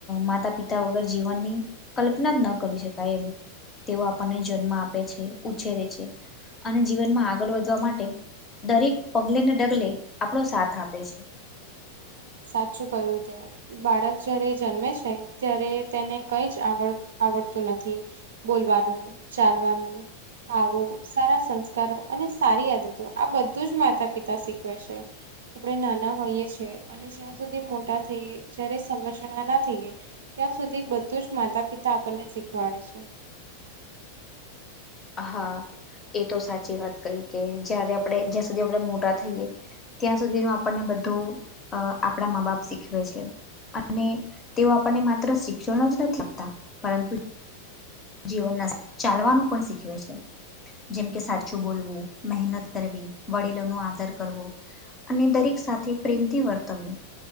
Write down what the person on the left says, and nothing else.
માતા પિતા વગર જીવનની કલ્પના જ ન કરી શકાય એમ તેઓ આપણને જન્મ આપે છે ઉછેરે છે અને જીવનમાં આગળ વધવા માટે દરેક પગલે ને ડગલે આપણો સાથ આપે છે
હા એ તો સાચી વાત કઈ કે જયારે આપણે જ્યાં સુધી આપણે મોટા થઈએ ત્યાં સુધીનું આપણને બધું અ આપણા મા બાપ શીખવે છે. અને તેઓ આપણને માત્ર શિક્ષણ જ નથી આપતા પરંતુ જીવનના ચાલવાનું પણ શીખવે છે. જેમકે સાચું બોલવું મહેનત કરવી વડીલો નો આદર કરવો અને દરેક સાથે પ્રેમથી વર્તવું